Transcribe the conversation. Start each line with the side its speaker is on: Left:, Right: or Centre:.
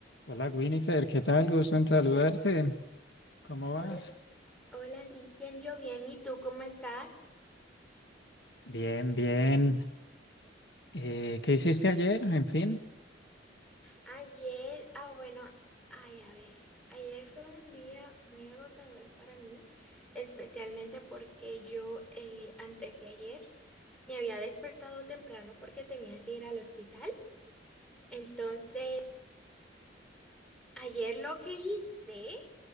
Left: Hola Winifred, ¿qué tal? Gusto en saludarte. ¿Cómo vas?
Centre: Hola, hola Cristian, yo bien, ¿y tú cómo estás?
Left: Bien, bien. Eh, ¿qué hiciste ayer? En fin,
Centre: Ayer, ah bueno, ay a ver, ayer fue un día muy agotador para mí, especialmente porque yo eh, antes de ayer me había despertado temprano porque tenía que ir al hospital. Entonces, ayer lo que hice